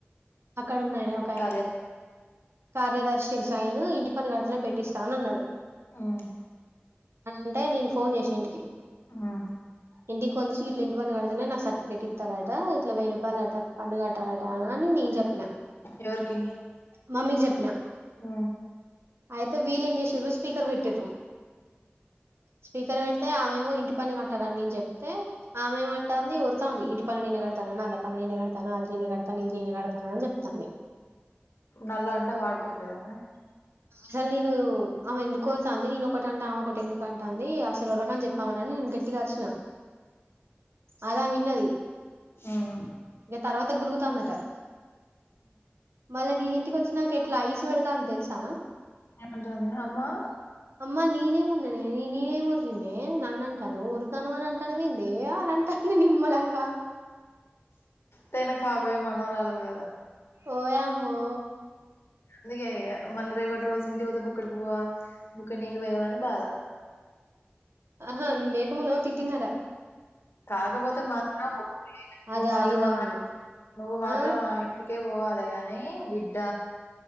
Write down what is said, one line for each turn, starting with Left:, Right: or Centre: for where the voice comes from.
Right: అక్కడ ఉన్నాయన ఒక ఆయన
Left: కార్య
Right: కార్యదర్శి సైను ఇంటి పన్ను కడుతనే పెట్టిస్తా అని అన్నాడు
Left: ఉమ్
Right: అంటే నేను ఫోన్ చేసిన ఇంటికి
Left: ఆ
Right: ఇంటికి ఫోన్ చేసి ఇట్లా ఇంటి పన్ను కడతునే నాకు సర్టిఫికట్ ఇస్తారట ఇట్లా వెయ్యి రూపాయలు అట పన్ను కట్టాలట అని నేను చెప్పిన
Left: ఎవరికి
Right: మమ్మీకి చెప్పిన
Left: ఊ
Right: అయితే వీల్ ఏం చేసిరు స్పీకర్ పెట్టిరు స్పీకర్ పెట్ తే ఆమెమో ఇంటి పన్ను కట్టాలని నేన్ చెప్తే ఆమెమ్ అంటాంది ఒరుతాంది ఇంటి పన్ను నేను కడతానని అల పన నేను కడతన అది నేనే కడతన ఇది నేనే కడతాన అని చెప్తాంది
Left: నల్ల అంటే వాడుకోట్లేదామే
Right: అసల్ నేను అమే ఎందు ఓరుతాంది నేను ఒకటి అంటే అమె ఒకటి ఎందుకు అంటాంది అసలు ఒర్రకని చెప్పామనని నేను గట్టిగా అరిసిన అదామ విన్నది
Left: ఉమ్
Right: ఇంక తర్వాత గులుగుతంది మళ్ళా నేను ఇంటికొచ్చి నాంక ఎట్లా ఐస్ పెడతాంది తెలుసా
Left: ఏమన్టాంది అమ్మా
Right: అమ్మ నేనేం ఓర్రిన్నే నన్ను అంటనవ్ ఒర్రుతనవ్ అని అంటానవ్ ఏందే అని అంటాంది నిమ్మలం గా
Left: తేన కాబోయే మనవరాలవు కదా
Right: ఓయామ్మో
Left: అందుకే ఇగ మళ్ళీ రేపటి రోజు ఇంటి పోతే బుక్కటి బువ్వ బుక్కడు నీళ్ళు పోయవని అని బాధ
Right: ఆహా నేను లేకముందు తిట్టిందాట
Left: కాకపోతే మాత్రం నువ్వు
Right: అదా
Left: మాత్రం
Right: ఇదా అని.
Left: నువ్వు మాత్రం
Right: ఆ
Left: ఏ ఇంటికి కె పోవాలి గాని బిడ్డ